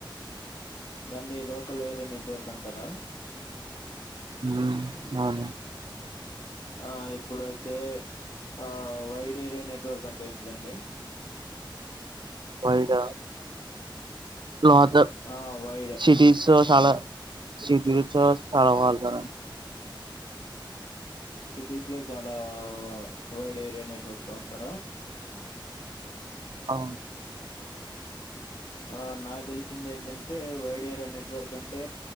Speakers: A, on the left; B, on the right.
A: దాన్ని లోకల్ ఏరియా నెట్వర్క్ అంటరా
B: ఉమ్ అవును
A: ఆ ఇప్పుడైతే ఆ వైడ్ ఏరియా నెట్వర్క్ అంటే ఏంటిదండి
B: వయిడా లోత
A: ఆ వైడ్
B: సిటీస్ చాలా సిటీలో చ చాలా హల్తారం
A: సిటీస్ లో చాలా వైడ్ ఏరియా నెట్వర్క్స్ వాడతారా
B: అ
A: ఆ నాకు తెలిసింది ఏంటంటే వైడిఏరియా నెట్వర్క్ అంటే